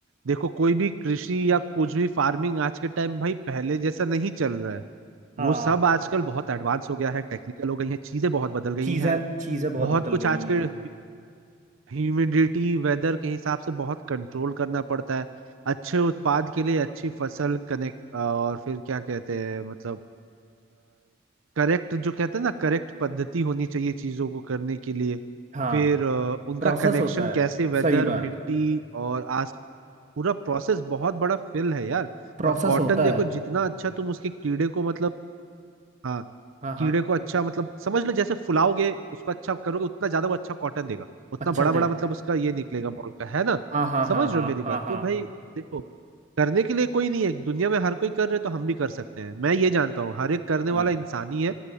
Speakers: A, on the right; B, on the right.
A: देखो कोई भी कृषि या कुछ भी फार्मिंग आज के टाइम भाई पहले जैसा नहीं चल रहा है
B: हाँ
A: वो सब आजकल बहुत एडवांस हो गया है टेक्निकल हो गई है चीजें बहुत बदल गई
B: चीजें
A: हैं
B: चीजें बहुत
A: बहुत
B: बदल
A: कुछ
B: गई
A: आजकल
B: हैं
A: ह्यूमिडिटी वेदर के हिसाब से बहुत कंट्रोल करना पड़ता है अच्छे उत्पाद के लिए अच्छी फसल कनेक्ट और फिर क्या कहते हैं मतलब करेक्ट जो कहते हैं ना करेक्ट पद्धति होनी चाहिए चीजों को करने के लिए
B: हाँ
A: फिर अ, उनका
B: प्रोसेस
A: कनेक्शन
B: होता है
A: कैसे वेदर
B: सही बात
A: मिट्टी और आस पूरा प्रोसेस बहुत बड़ा फिल है यार
B: प्रोसेस
A: और कॉटन
B: होता
A: देखो
B: है
A: जितना अच्छा तुम उसके कीड़े को मतलब हाँ
B: हाँ हाँ
A: कीड़े को अच्छा मतलब समझ लो जैसे फुलाओगे उसको अच्छा करोगे उतना ज्यादा वो अच्छा कॉटन देगा उतना
B: अच्छा
A: बड़ा बड़ा
B: दे
A: मतलब उसका ये निकलेगा बॉल का है ना
B: हाँ हाँ
A: समझ
B: हाँ हाँ
A: रहे हो मेरी बात
B: हाँ हाँ
A: तो भाई देखो करने के लिए कोई नहीं है दुनिया में हर कोई कर रहे तो हम भी कर सकते हैं मैं ये जानता हूँ हर एक करने
B: हाँ
A: वाला इंसान ही है